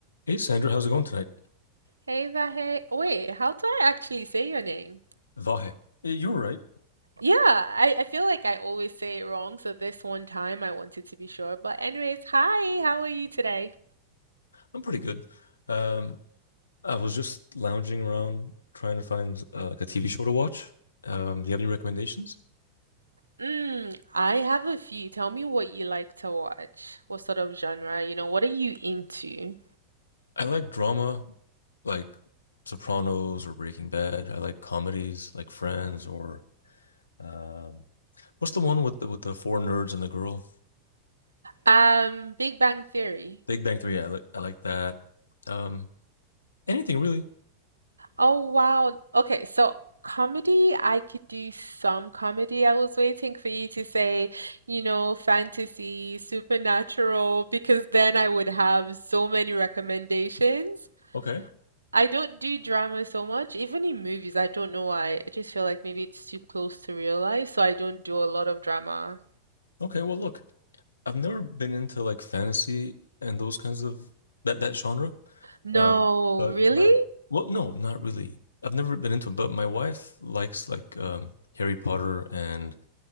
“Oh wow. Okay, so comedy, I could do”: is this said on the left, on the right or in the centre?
Right